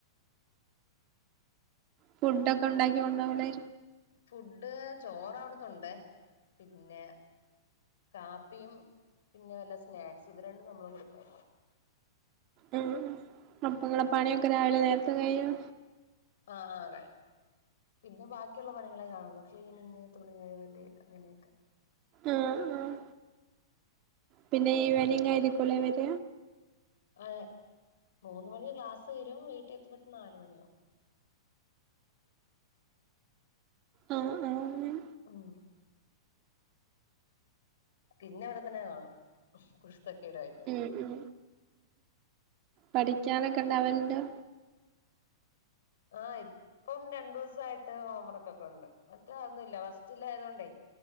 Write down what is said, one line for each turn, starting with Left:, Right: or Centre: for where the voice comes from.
Right: ഫുടൊക്കൊണ്ടാക്കി കൊണ്ടോവൂലാ
Left: ഫുഡ്‌ ചോറവിടുന്നൊണ്ടേ, പിന്നേ കാപ്പിയും പിന്നെ വല്ലോ സ്‌നാക്സും, ഇത് രണ്ടും നമ്മള് കൊടുക്കണം.
Right: ഉം അപ്പങ്ങളെ പണിയൊക്കെ രാവിലേ നേരത്തെ കഴിയ്യോ?
Left: ആ ആ കഴിയും പിന്നെ ബാക്കിയൊള്ള പണികളെകാണുള്ളൂ, ക്ലീനിങ് തുണികഴുകല് അങ്ങനെയൊക്കെ.
Right: ആ ഉം പിന്നേ ഈവെനിങ്ങാരിക്കുവല്ലേ വര?
Left: അതേ മൂന്നുമണിക്കു ക്ലാസ്സ്‌ തീരും. വീട്ടിഎത്തുമ്പക്കു നാല് മണിയാവും.
Right: ആ ആ ഉം
Left: മ് പിന്നെ ഇവിടെത്തന്നെ കാണും. കുരുത്തക്കേടായിട്ട്
Right: ഉം ഉം പഠിക്കാനൊക്കെണ്ടാവലുണ്ടോ?
Left: ആ ഇപ്പം രണ്ടുസായിട്ട് ഹോംവർക്കൊക്കെ ഒണ്ട് മറ്റേതാതൊന്നുമില്ല. ഫസ്റ്റിലായതുകൊണ്ടേ